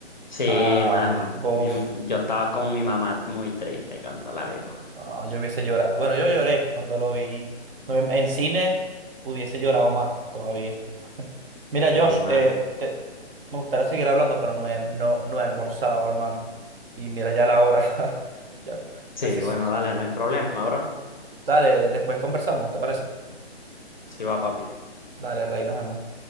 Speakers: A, on the left; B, on the right.
A: Sí,
B: ah,
A: mano.
B: buf,
A: Mi- yo estaba con mi mamá muy triste cuando la vimos.
B: no, yo hubiese llorado. Bueno, yo lloré cuando lo vi. No, en en cine hubiese llorado más todavía. Mira,
A: Sí,
B: Josh,
A: mano.
B: eh, te- me gustaría seguir hablando, pero no he, no, no he almorzado, hermano. Y mira ya la hora. <laughs> Ya
A: Sí,
B: casi eso.
A: bueno, dale, no hay problema, bro.
B: Dale, después conversamos, ¿te parece?
A: Sí, va, papi.
B: Dale, Rey, nos vemos.